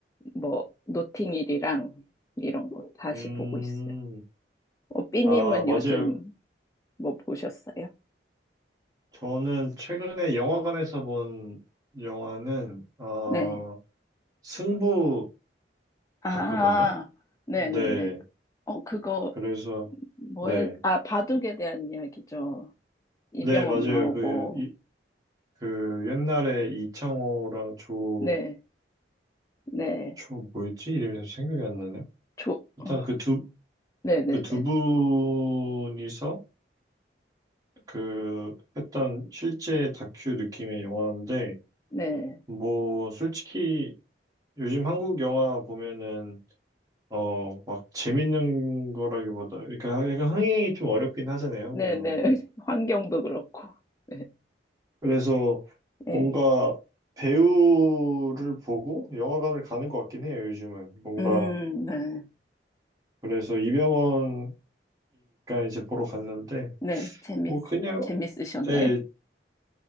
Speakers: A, on the left; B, on the right.
A: 뭐 노팅힐이랑 이런 거 다시
B: 음,
A: 보고 있어요. 어, 삐님은
B: 아, 맞아요.
A: 요즘 뭐 보셨어요?
B: 저는 최근에 영화관에서 본 영화는 어,
A: 네.
B: 승부
A: 아,
B: 봤거든요.
A: 네네네.
B: 네.
A: 어, 그거,
B: 그래서
A: 뭐에,
B: 네.
A: 아, 바둑에 대한 이야기죠. 이병헌
B: 네, 맞아요.
A: 나오고,
B: 그, 이, 그 옛날에 이창호랑 조,
A: 네, 네,
B: 조 뭐였지? 이름이 잘 생각이 안 나네요.
A: 조,
B: 일단
A: 어,
B: 그 두,
A: 네네네,
B: 그 두 분이서 그 했던 실제 다큐 느낌의 영화인데
A: 네,
B: 뭐 솔직히 요즘 한국 영화 보면은 어 막 재밌는 거라기보다 그러니까 약간 흥행이 좀 어렵긴 하잖아요 한국
A: 네네.
B: 영화가
A: <laughs> 환경도 그렇고, 네,
B: 그래서
A: 네.
B: 뭔가 배우를 보고 영화관을 가는 것 같긴 해요 요즘은 뭔가
A: 음, 네,
B: 그래서 이병헌이니까 이제 보러 갔는데
A: 네, 재밌,
B: 뭐 그냥
A: 재밌으셨나요?
B: 예